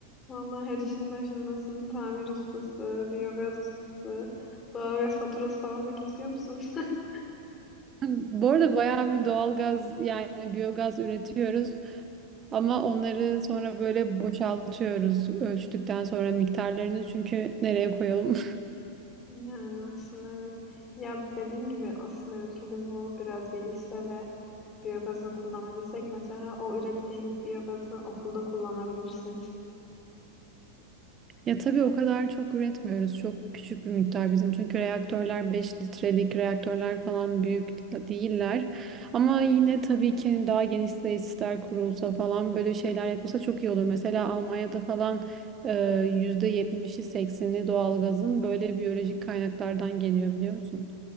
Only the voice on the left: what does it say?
Vallahi her işin başındasın. Tamir ustası, biyogaz ustası, doğalgaz faturası falan da kesiyor musun? <laughs>
Yani aslında evet. Ya dediğim gibi aslında ülkede bu biraz gelişse ve biyogazı kullanabilsek mesela o ürettiğiniz biyogazı okulda kullanabilirsiniz.